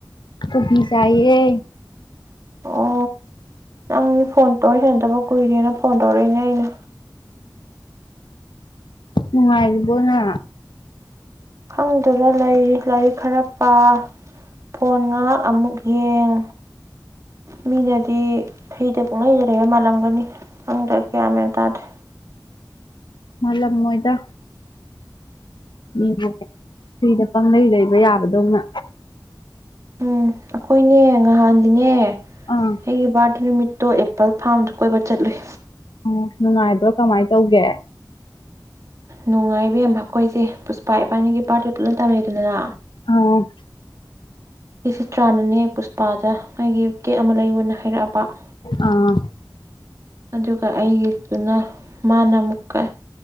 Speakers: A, on the left; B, on the right.
A: ꯀꯣꯕꯤ ꯆꯥꯏꯌꯦ
B: ꯑꯣ ꯅꯪ ꯐꯣꯟ ꯇꯧ ꯁꯅꯗꯕ ꯀꯨꯏꯔꯦꯅ ꯐꯣꯟ ꯇꯧꯔꯛꯏꯅꯦ ꯑꯩꯅ
A: ꯎꯝ ꯃꯉꯥꯏꯔꯤꯕꯣꯅ
B: ꯈꯪꯗꯅ ꯂꯩꯔꯤ ꯂꯥꯏꯔꯤꯛ ꯈꯔ ꯄꯥ ꯐꯣꯟ ꯉꯥꯏꯍꯥꯛ ꯑꯃꯨꯛ ꯌꯦꯡ ꯃꯤꯅꯗꯤ ꯐ꯭ꯔꯤꯗ ꯄꯛꯂꯩꯗ ꯂꯩꯕ ꯃꯥꯜꯂꯝꯒꯅꯤ ꯈꯪꯗꯕ ꯀꯌꯥ ꯃꯅ ꯇꯥꯗꯦ
A: ꯃꯂ ꯃꯣꯏꯗ ꯃꯤꯕꯨ ꯐꯔꯤꯗ ꯄꯪꯪꯂꯩ ꯂꯩꯕ ꯌꯥꯕꯗꯧꯅ
B: ꯎꯝ ꯑꯩꯈꯣꯏꯅꯦ ꯉꯍꯥꯟꯗꯤꯅꯦ
A: ꯑꯥ
B: ꯑꯩꯒꯤꯕꯥꯇꯅ ꯇꯣ ꯑꯦꯄꯜ ꯐꯥꯝꯗꯨ ꯀꯣꯏꯕ ꯆꯠꯂꯨꯏ
A: ꯑꯥ ꯅꯨꯡꯉꯥꯏꯕ꯭ꯔꯣ ꯀꯃꯥꯏꯅ ꯇꯧꯒꯦ
B: ꯅꯨꯡꯉꯥꯏꯕꯦꯝ ꯑꯩꯈꯣꯏꯁꯦ ꯄꯨꯁꯄꯥ ꯏꯄꯥꯅꯤꯒꯤ ꯄꯥꯔꯠꯇꯤ ꯄꯨꯂꯞ ꯇꯝꯃꯤꯗꯅ
A: ꯑꯣ
B: ꯁꯤꯁꯤ ꯆ꯭ꯔꯥꯟꯅꯅꯦ ꯄꯨꯁꯄꯥꯗ ꯃꯥꯒꯤ ꯀꯦꯛ ꯑꯃ ꯂꯩꯌꯨꯅ ꯍꯥꯏꯔꯛꯑꯕ
A: ꯑꯥ
B: ꯑꯗꯨꯒ ꯑꯩꯒꯤꯗꯨꯅ ꯃꯥꯅ ꯃ ꯀ